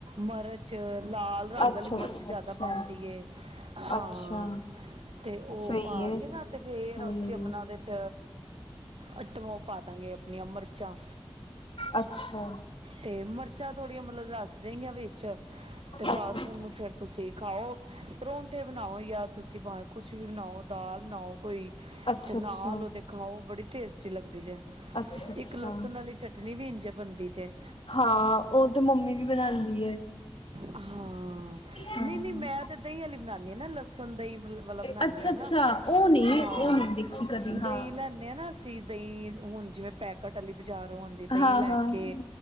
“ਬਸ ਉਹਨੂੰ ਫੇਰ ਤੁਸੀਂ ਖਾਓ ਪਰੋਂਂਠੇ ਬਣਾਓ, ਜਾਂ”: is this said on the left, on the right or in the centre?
Right